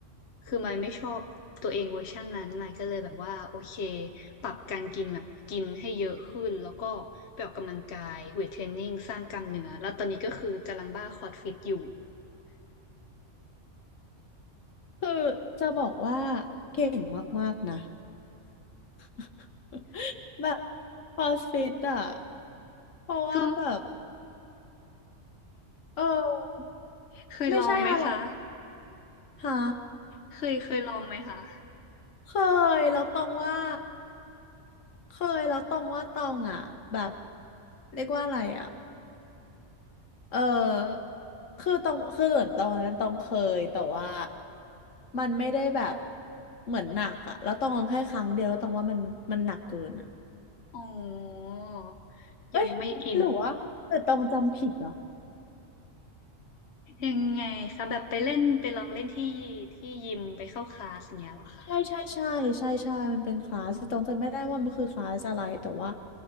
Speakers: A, on the left; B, on the left.
A: คือมนไม่ชอบตัวเองเวอร์ชันนั้นมาก็เลยแบบว่าโอเคปรับการกินแบบกินให้เยอะขึ้นแล้วก็ไปออกกำลังกายเวทเทรนนิ่งสร้างกล้ามเนื้อแล้วตอนนี้ก็คือกำลังบ้าคอร์สฟิตอยู่
B: คือจะบอกว่าเก่งมากๆนะ <laughs> แบบคอสฟิตอ่ะเพราะว่าแบบ
A: ก็
B: เออ
A: เคยลองไหมคะ
B: ไม่ใช่อะไรหา
A: เคยเคยลองไหมคะ
B: เคยแล้วตองว่าเคยแล้วตองว่าตองอ่ะแบบเรียกว่าอะไรอ่ะเออคือตองคือเหมือนตองนั้นตองเคยแต่ว่ามันไม่ได้แบบเหมือนหนักอ่ะแล้วตองลองแค่ครั้งเดียวแล้วตองว่ามันมันหนักเกินอ่ะ
A: อ๋อ
B: เอ้ยหรือว่าแต่ตองจำผิดเหรอ
A: ยังไม่อิน ยังไงคะแบบไปเล่นไปลองเล่นที่ที่ยิมไปเข้าคลาสเงี้ยเหรอคะ
B: ใช่ใช่ใช่ใช่ใช่มันเป็นคลาสแต่ตองจำไม่ได้ว่ามันคือคลาสอะไรแต่ว่า